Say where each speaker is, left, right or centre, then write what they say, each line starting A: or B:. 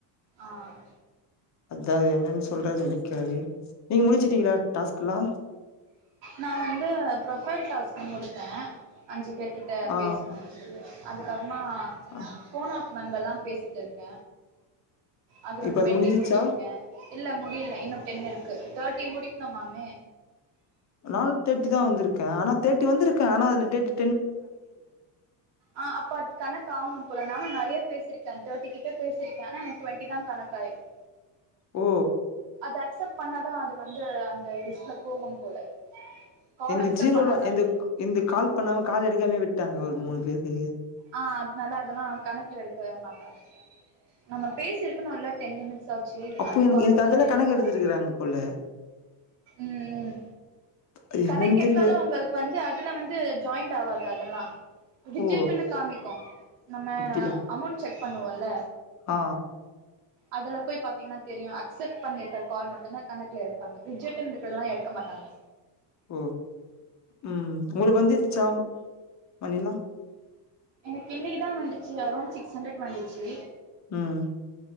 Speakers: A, on the right; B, on the left.
A: ஆ
B: அதா என்ன சொல்ற சொல்லிக்காரு நீங்க முடிச்சுட்டீங்களா டாஸ்க்லா
A: நா வந்து ப்ரொஃபைல் டாஸ்க்க முடிச்ச அஞ்சு பேர்கிட்ட
B: ஆ
A: பேசணுன் சொல்லி அதுக்க நா
B: ஆ
A: ஃபோன் ஆஃப் மெம்பர்தா பேசிட்ருக்க அது ஒரு
B: இப்ப
A: டுவெண்ட்டி
B: முடிஞ்சிச்சா
A: முடிச்சிருக்க இல்ல முடில இன்னு டென் இருக்கு கங்கு தேட்டி முடிக்கணும்மாமே
B: நானு தேட்டி தா வந்திருக்க ஆனா தேட்டி வந்திருக்க ஆனா அதுல தேட்டி
A: ஆ அப்ப அது கணக்ட் ஆவணோ போல நானு ந ஏழு பேசிருக்க தேர்டி கிட்ட பேசிருக்க ஆனா எனக்கு டுவெண்ட்டி தா கணக்காயிருக்
B: ஓ
A: அக்சப்ட் பண்ணாதா அது வந்து அந்த லிஸ்ட்ல போகும் போல கால்
B: இந்த
A: அக்செப்ட்
B: ஜீரோல
A: பண்ணாதா
B: இந்த இந்த கால் பண்ணாம கால் எடுக்காம விட்டு விட்டாங்க ஒரு மூணு பேருக்கு
A: ஆ அதனால அதெல்லா கணக்குல எடுக்க மாட்டாங்க நம்ம பேசி இருக்கன்னுல டென் நிமிட்ஸ் தாச்சி
B: அப்போ
A: அந்த
B: எனக்கு
A: கால்
B: எனக்கு
A: மட்டம்
B: அதெல்லா
A: தா ஏத்துகுறாங்க
B: கணக்கு எடுத்துருக்கறாங்க போல
A: ம்ம்ம்
B: அது
A: கணக்கெடுத்தாலு
B: என்னன்னு தெரியல
A: உங்களுக்கு வந்து அதுல வந்து ஜாயிண்ட் ஆவாது அதெல்லா <unintelligible>
B: ஓ
A: அக்கௌண்ட்டுல காமிக்கோ நம்ம
B: அப்டியா
A: அமௌண்ட் செக் பண்ணுவோல்ல
B: ஆ
A: அதுல போய் பாத்தீங்கனா தெரியும் அக்செப்ட் பண்ணிருக்க கால் மட்டுதா கணக்குல எடுப்பாங்க ரிஜக்ட்டுனு இருக்கதுல்லா எடுக்க மாட்டாங்க
B: ஓ உம் உளுக்கு வந்திருச்சா மணிலாம்
A: எனக்கு இன்னைக்கு தான் வந்துச்சு அரௌண்ட் சிக்ஸ் ஹண்ட்ரட் வந்துச்சு
B: ம்